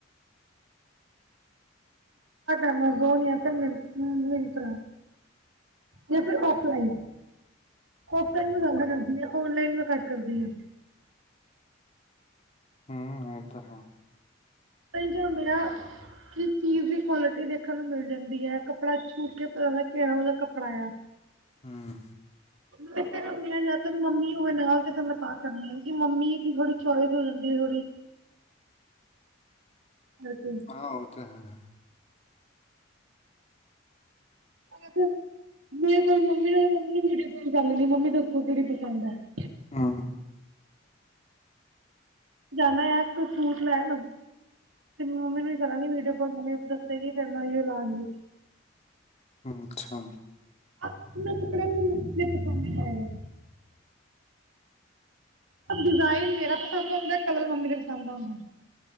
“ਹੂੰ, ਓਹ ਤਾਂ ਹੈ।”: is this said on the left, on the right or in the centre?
Left